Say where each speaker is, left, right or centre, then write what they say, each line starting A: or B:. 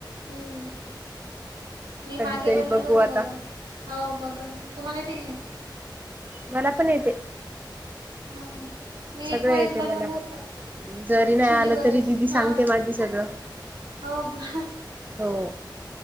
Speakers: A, on the right (about 65°); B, on the right (about 20°).
A: हम्म मी
B: कधीतरी
A: मागे बनवल
B: बघू
A: होत
B: आता
A: बघा. हो बघा तुम्हाले येते की नाही?
B: मला पण येते.
A: हो हो. मी
B: सगळं
A: एक वेळेस
B: येते
A: बनवल
B: मला
A: होत
B: पण जरी नाही
A: चुलीवरच
B: आलं तरी दिदी सांगते
A: हा.
B: माझी सगळं
A: हो.
B: हो.